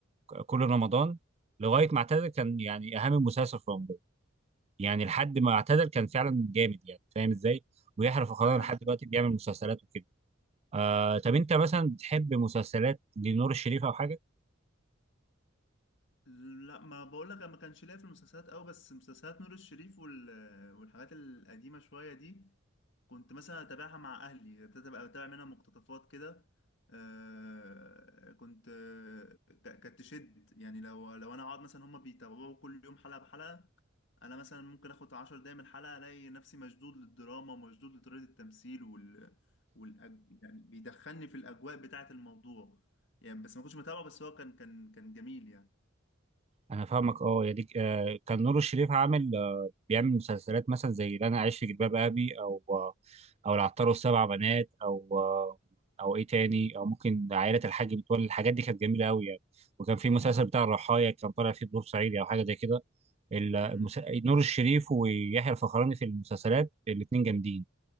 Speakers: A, on the right; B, on the left.
A: ك- كل رمضان لغايه ما اعتزل كان يعني اهم مسلسل في رمضان يعني لحد ما اعتزل كان فعلا جامد يعني فاهم ازاي ويحرف القناه
B: ايوه
A: لحد
B: انا
A: دلوقتي
B: فاهم
A: بيعمل مسلسلات وكده آه طب انت مثلا بتحب مسلسلات لنور الشريف او حاجه
B: لا ما بقول لك انا ما كانش ليا في المسلسلات قوي بس مسلسلات نور الشريف وال... والحاجات القديمه شويه دي كنت مثلا اتابعها مع اهلي تبقى بتابع منها مقتطفات كده آه كنت آه، ك- كانت تشد يعني لو لو انا اقعد مثلا هما بيتابعوا كل يوم حلقة بحلقة انا مثلا ممكن اخد عشر دقايق من الحلقة الاقي نفسي مشدود للدراما ومشدود لطريقة التمثيل وال والأج... يعني بيدخلني في الاجواء بتاعة الموضوع يعني بس ما كنتش متابعه بس هو كان كان كان جميل
A: انا فاهمك اه يعني آه، كان نور الشريف عامل آه، بيعمل مسلسلات مثلا زي اللي انا عايش في جلباب ابي او آه، او العطار والسبع بنات او آه، او ايه تاني او ممكن عائله الحاج متولي الحاجات دي كانت جميله قوي يعني وكان في مسلسل بتاع الرحايا كان طالع فيه بدور صعيدي او حاجه زي كده ال- المس...
B: يعني
A: نور الشريف ويحيى الفخراني في المسلسلات الاثنين جامدين